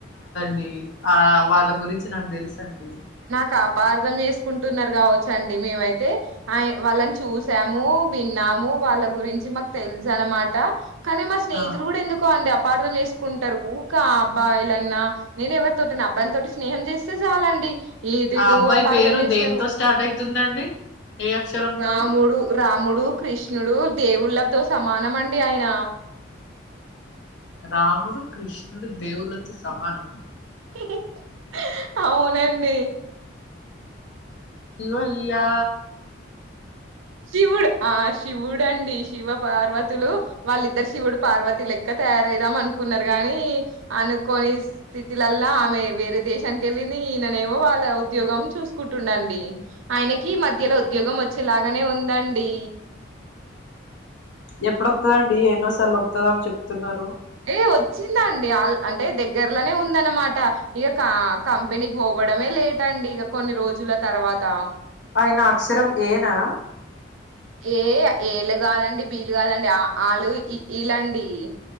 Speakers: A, on the left (about 65°); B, on the right (about 80°).
A: అ <unintelligible> ఆ వాళ్ళ గురించి నాకు తెలుసు సండే
B: క అపార్థం చేసుకుంటున్నారు కావచ్చు అండి మేమైతే ఆ వాళ్ళని చూసాము, విన్నాము వాళ్ళ గురించి మాకు తెలుసు అన్నమాట. కానీ మా స్నేహితులు
A: ఆ
B: కూడా ఎందుకో అండి అ అపార్దం చేస్ కుంటరు ఊకా అబ్బాయిలన్నా నేను ఎవరితోటన అబ్బాయిల తోటి స్నేహం చేస్తే చాలండి ఏదేదొ
A: ఆ అబ్బాయి
B: అపార్ధం
A: పేరు
B: చేస్తారు
A: దేంతో స్టార్ట్ అయితుందండి ఏ అక్షరంతోని
B: రాముడు రాముడు డు కృష్ణుడు దేవుళ్ళతో సమానం అండి ఆయన
A: రాముడు కృష్ణుడు దేవులతో సమానమా
B: హ్ హ్ అవునండి
A: శివయ్యా
B: శివుడు ఆ శివుడండి. శివ పార్వతులు వాళ్ళిద్దరు శివుడు పార్వతి లెక్క తయారైదాం అనుకున్నారు. గాని అనుకోని స్థితిలల్లో ఆమె వేరే దేశానికి వెళ్ళింది. ఈయననేమో వాళ్ళ ఉద్యోగం చూసుకుంటుండండి. ఆయనకి మధ్యలో ఉద్యోగం వచ్చేలాగా తనే ఉందండి
A: ఎప్పుడొత్తదండి ఎన్నో సార్లు వత్తదని చెప్తున్నారు
B: అ వచ్చిందండి అంటే దగ్గర్లోనే ఉందనమాట ఇక క కంపెనీకి పోవడమే లేటండి ఇక కొన్ని రోజుల తర్వాత
A: ఆయన అక్షరం ఏ నా
B: ఏ ఏలు కాదండి బీలు కాదండి ఆ వాళ్లు ఇ ఈ లండి